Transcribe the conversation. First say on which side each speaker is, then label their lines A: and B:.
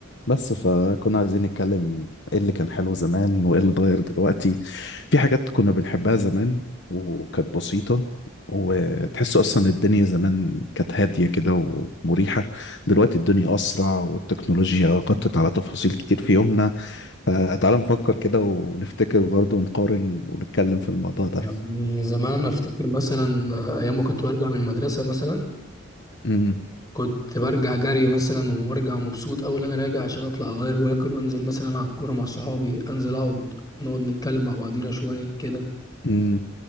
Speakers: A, on the left (about 55°); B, on the left (about 15°).
A: بس فكنا عايزين نتكلم ايه اللي كان حلو زمان وايه اللي اتغير دلوقتي في حاجات كنا بنحبها زمان وكانت بسيطة وتحس اصلا الدنيا زمان كانت هادية كده ومريحة دلوقتي الدنيا اسرع والتكنولوجيا غطت على تفاصيل كتير في يومنا فتعال نفكر كده ونفتكر برضه ونقارن ونتكلم في الموضوع ده
B: يعني زمان انا افتكر مثلا ايام ما كنت برجع من المدرسه مثلا
A: امم
B: كنت برجع جري مثلا وارجع مبسوط اول انا راجع عشان اطلع اغير واكل وانزل مثلا العب كوره مع صحابي انزل اقعد نقعد نتكلم مع بعضينا شويه كده
A: امم